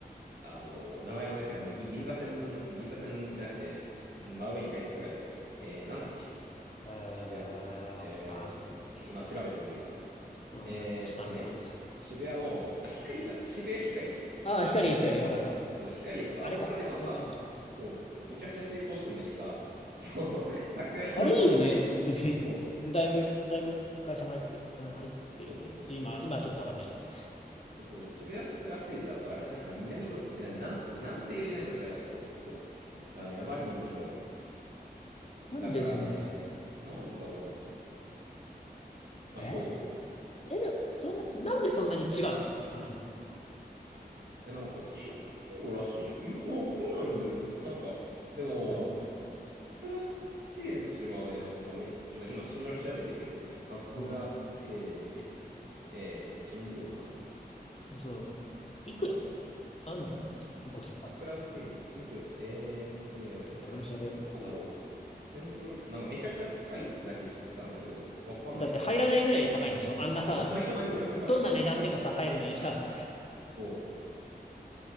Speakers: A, on the right; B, on the left.
A: あの、名前がごめんなさい、あの、ぎ銀座線、銀座線じゃなくて、真上に改札があるやつ。えー、なんだっけ
B: えー、
A: 渋谷の東、えー、
B: わかんねえな。
A: ちょっと待ってね。今調べてみれば。
B: うん。
A: えーっとね、
B: ちょっと頼むな。
A: 渋谷の、あ、ヒカリエだ、渋谷ヒカリエ。
B: ああ、
A: あの、
B: 光、光、わかるわかる。
A: そうそう、ヒカリエとか、
B: あれか。
A: あそこら辺はさ、
B: あれか。うん。
A: そう、めちゃくちゃ成功してんのにさ、<laughs> そう、<laughs> 桜の方は大、
B: あれいいよね。本当に。
A: そう、
B: だいぶ、だいぶ会社も入ってる。入ってるよね。
A: そうそうそうそう。
B: ちょ今、今はちょっとわかんないけど。
A: でそう、渋谷桜ステージだと、あれだね、あ、南の、な南、南西寄りだね、どちらかというと、そうそうそう。あのね、あまりにもひどい。
B: なんでそんな、
A: だからね、なんでだろうね。あ、
B: えだって、
A: そう。
B: え、な、それな、なんでそんなに違うの
A: え、なんか、珍道らしいの、よくわからないんだよね。なんか、でも、
B: うん。
A: 桜ステージはね、なんかめっちゃ、今しら調べてみるね。桜ステージ、
B: うん。
A: えー、珍道かな。
B: うんそう。いくらあ、な、なんだっけ ?5000
A: 桜ステージ、
B: 万ちょ
A: 珍道、えーっとね、
B: っと待って俺も調べよう。
A: どこだろう。セントル、なんかめちゃくちゃ高いってだけ知ってたんだけど、わかんないな。
B: だって入らないぐらい高いんでしょあんなさ、
A: そう、入らないぐらい高い。
B: どんな値段でもさ、入るのにさ、
A: ああそう。